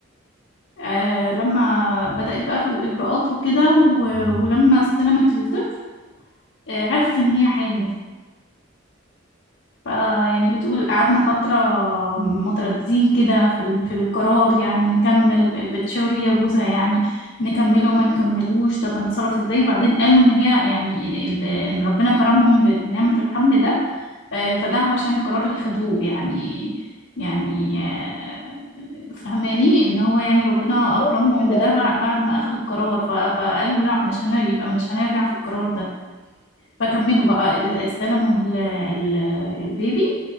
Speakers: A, on the left; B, on the left.
A: آه لما بدأت بقى في الإجراءات وكده و- ولما استلمت الطفل آه، عرفت ان هي حامل فيعني بتقول قعدنا فترة مترددين كده في ال- في القرار يعني نكمل ب- بتشاور هي وجوزها يعني نكمله ما نكملوش طب هنتصرف ازاي وبعدين قالوا ان هي يعني ال- ال- ان ربنا كرمهم ب- بنعمة الحمل ده آه، فده علشان القرار اللي خدوه يعني يعني آه، فهماني ان هو يعني ربنا
B: بالظبط
A: اكرمهم
B: كده
A: بده
B: اه
A: بع- بعد ما اخدوا القرار ف- فقالوا لا مش هنر يبقى مش هنرجع في القرار ده فكملوا بقى استلموا ال- ال- البيبي